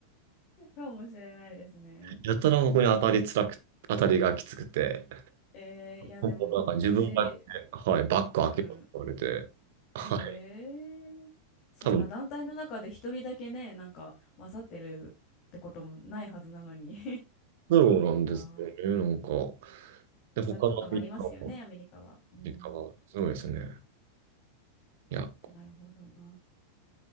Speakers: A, on the left; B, on the right.
A: かもしれないですね。
B: やたらここに当たりつらく、当たりがきつくて、
A: えー、いやでも無事、
B: ほんとなんか自分だけ、はい、バッグ開けろって言われて、
A: うん。
B: はい。
A: ええそんな団体の中で一人だけね、
B: 多分、
A: なんか混ざってるってこともないはずなのに <laughs> い
B: そうなんですよね。
A: やー、ま
B: なんか、
A: あ、
B: で、
A: そういうこともありますよね、
B: 他のみんなの
A: アメリカは。うん、
B: 実家が、すごいですね。いや、
A: なるほどな。